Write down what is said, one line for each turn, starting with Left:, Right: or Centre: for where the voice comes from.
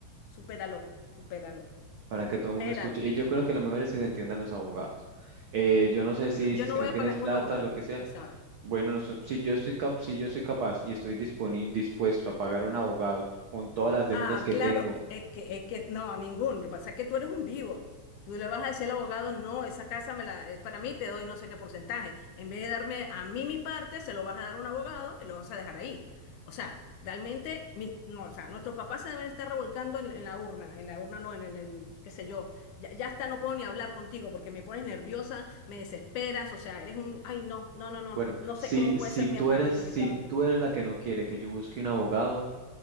Left: supéralo, supéralo,
Right: para que
Left: supéralo.
Right: todo el mundo escuche. Y yo creo que lo mejor es que se entiendan los abogados. Eh, yo no sé si
Left: No,
Right: dices
Left: yo no
Right: que
Left: voy
Right: no tienes
Left: a pagar ningún
Right: plata,
Left: abogado,
Right: lo que sea.
Left: ya sabes.
Right: Bueno, no sé, si yo estoy cap- si yo soy capaz y estoy disponi- dispuesto a pagar un abogado con todas las deudas
Left: Ah,
Right: que
Left: claro,
Right: tengo,
Left: es que, es que no, ningún. Lo que pasa es que tú eres un vivo. Tú le vas a decir al abogado, no, esa casa me la, es para mí, te doy no sé qué porcentaje. En vez de darme a mí mi parte, se lo vas a dar a un abogado y lo vas a dejar ahí. O sea, realmente, mis, no, o sea, nuestros papás se deben estar revolcando en, en la urna, en la urna no, en el, el- qué sé yo. Ya, ya hasta no puedo ni hablar contigo porque me pones nerviosa, me desesperas, o sea, eres un, ay, no, no, no, no,
Right: bueno,
Left: no sé
Right: si,
Left: cómo puede
Right: si
Left: ser
Right: tú
Left: mi hermano,
Right: eres,
Left: definitivamente.
Right: si tú eres la que no quiere que yo busque un abogado,